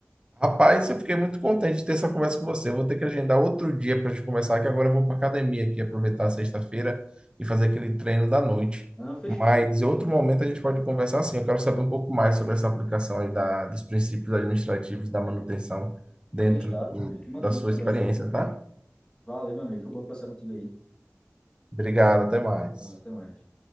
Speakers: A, on the right; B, on the left.
A: Rapaz, eu fiquei muito contente de ter essa conversa com você. Eu vou ter que agendar outro dia para a gente conversar, que agora eu vou para academia aqui, aproveitar a sexta-feira e fazer aquele treino da noite.
B: Não, fez
A: Mas
B: tudo, fez tudo.
A: em outro momento a gente pode conversar assim. Eu quero saber um pouco mais sobre essa aplicação aí da, dos princípios administrativos da manutenção dentro
B: Pode deixar.
A: do-
B: A gente mantém
A: da sua
B: outra conversa
A: experiência,
B: aí.
A: tá?
B: Valeu, meu amigo. Foi bom conversar contigo aí.
A: Obrigado, até mais.
B: Valeu, até mais.